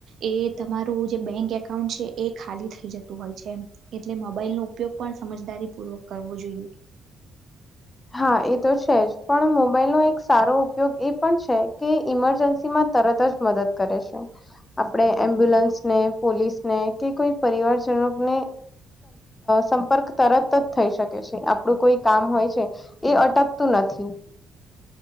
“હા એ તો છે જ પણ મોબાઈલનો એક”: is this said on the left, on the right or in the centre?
Left